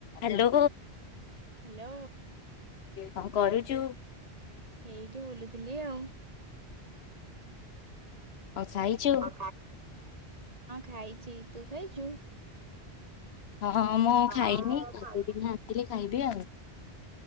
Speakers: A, on the left; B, on the right.
A: Hello.
B: Hello
A: କଣ କରୁଚୁ?
B: ଏଇଠି ବୁଲୁଥିଲି ଆଉ।
A: ହଁ ଖାଇଛୁ
B: ହଁ ଖାଇଚି। ତୁ ଖାଇଚୁ?
A: ହଁ ମୁଁ
B: ହଁ
A: ଖାଇନି।
B: ମୁଁ
A: ଗାଧେଇକିନି
B: ଖାଇଛି।
A: ଆସିଲେ ଖାଇବି ଆଉ।